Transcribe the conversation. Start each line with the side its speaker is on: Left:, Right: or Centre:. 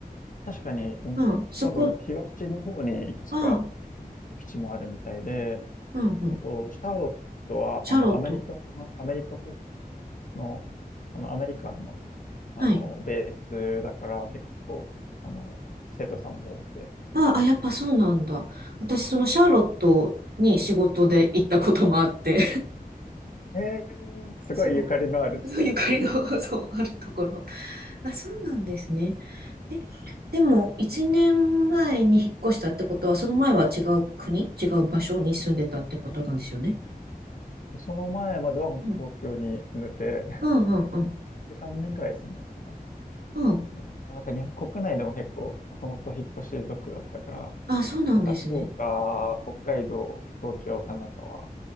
Left: 確かに、うん多分東の方にいくつか
Right: うん。そこ、あ、
Left: 基地もあるみたいで、
Right: うんうん。
Left: あと、シャーロットは、
Right: シャーロット。
Left: あの、アメリカの、アメリカ国の、あの、アメリカンの、あの、
Right: はい。
Left: ベースだから、結構、あの、生徒さんも多くて、
Right: あ、あ、やっぱそうなんだ。私、そのシャーロットに仕事で行ったこともあって。
Left: ええー、すごいゆかりのある地なんですね。
Right: そう。そう、ゆかりの、そう、あるところ。あ、そうなんですね。え、でも、一年前に引っ越したってことは、その前は違う国、違う場所に住んでたってことなんですよね。
Left: その前までは本当東京に住んでて、
Right: うん。うんうんうん。
Left: <laughs> 3年くらい住んだのかな、
Right: うん。
Left: 多分。なんか日本国内でも結構もともと引っ越し族だったから、
Right: あ、そうなんですね。
Left: なんか福岡、北海道、東京、神奈川、